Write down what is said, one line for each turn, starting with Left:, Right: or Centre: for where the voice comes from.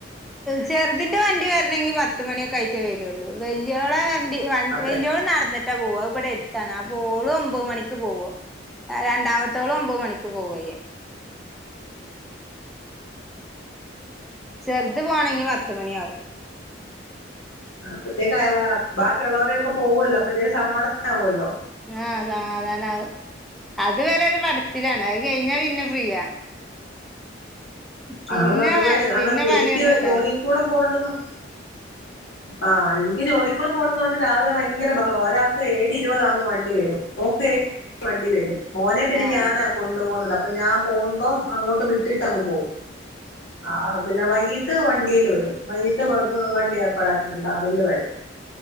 Centre: ചെറുതിന്റെ വണ്ടി വരണമെങ്കി പത്തു മണിയൊക്കെ ആയിട്ടേ വരുള്ളൂ വല്യോള വണ്ടി
Left: അത്ര
Centre: വലിയോള നടന്നിട്ടാ പോവ ഇവിടെ എടുത്താണ് അപ്പോഓളും ഒമ്പത് മണിക്ക് പോവോ രണ്ടാമത്തോളം ഒമ്പത് മണിക്ക് പോവയ്യ
Left: അം <inaudible>
Centre: ചെറുത് പോണെങ്കി പത്ത് മണി ആവും
Left: ആ അപ്പത്തേക്ക് അയ ബാക്കിയുള്ളവരൊക്കെ പോവല്ലോ അപ്പത്തേക്ക് സമാധാനമാവുമല്ലോ
Centre: ആഹ് സമാധാനാവും അത് വരെ ഒരു പടച്ചിലാണ് അത് കഴിഞ്ഞാ പിന്നെ ഫ്രീയാ പിന്നെ
Left: ആണ് അതുവരെ
Centre: പ-
Left: കാരണം
Centre: പിന്നെ പണിയൊന്നും
Left: എനിക്ക്
Centre: ഉണ്ടാവില്ല
Left: ജോലി കൂടെ പോവണ്ടന്ന് ആഹ് എനിക്ക് ജോലിക്കൂടെ പോണ്ടുന്ന കൊണ്ട് രാവിലെ ഭയങ്കര ബഹളം ഒരാൾക്ക് ഏഴ് ഇരുപതാകുമ്പോൾ വണ്ടി വരും <unintelligible> വണ്ടി വരും മോനെ പിന്നെ
Centre: ആഹ്
Left: ഞാനാ കൊണ്ടു പോകുന്നത് അപ്പൊ ഞാൻ പോകുമ്പം അങ്ങോട്ട് വിട്ടിട്ടങ്ങ് പോകും ആഹ് പിന്നെ വയിട്ട് ഇട്ട് വണ്ടീല് വരും വൈട്ട് വണ്ടി ഏർപ്പാടാക്കിയിട്ടുണ്ട് അതില് വരും